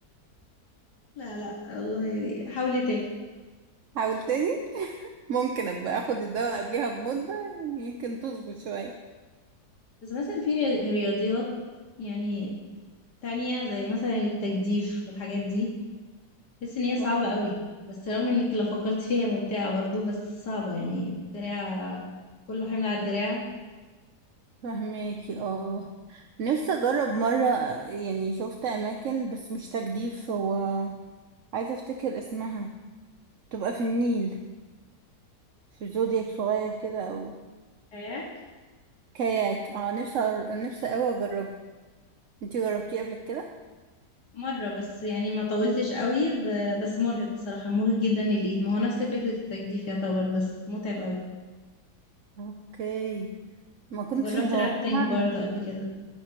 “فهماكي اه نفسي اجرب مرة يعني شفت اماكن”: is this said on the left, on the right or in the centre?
Right